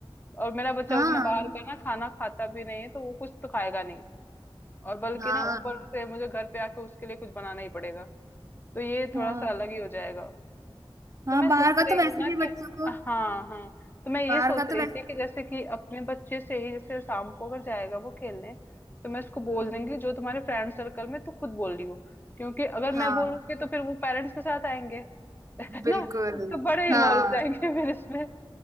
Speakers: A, on the left; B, on the right.
A: और मेरा बच्चा
B: हाँ
A: उतना बाहर का ना खाना खाता भी नहीं है तो वो कुछ तो खाएगा नहीं और बल्कि
B: हाँ
A: ना ऊपर से मुझे घर पे आके उसके लिए कुछ बनाना ही पड़ेगा तो ये
B: हाँ
A: थोड़ा सा अलग ही हो जाएगा तो
B: हाँ
A: मैं
B: बाहर
A: सोच
B: का
A: रही
B: तो वैसे
A: हूँ ना
B: भी
A: कि
B: बच्चों को
A: हाँ हाँ तो मैं ये
B: बाहर
A: सोच
B: का
A: रही
B: तो वैसे
A: थी कि जैसे कि अपने बच्चे से ही जैसे शाम को अगर जाएगा वो खेलने तो मैं उसको बोल
B: हम्म,
A: देंगी कि जो तुम्हारे फ्रेंड सर्कल में तू खुद बोल रही हो क्योंकि अगर
B: हाँ
A: मैं बोलूंगी तो फिर वो पेरेंट्स के साथ आएंगे <laughs> है
B: बिल्कुल
A: ना तो बड़े
B: हाँ
A: इन्वॉल्व हो जाएंगे फिर इसमें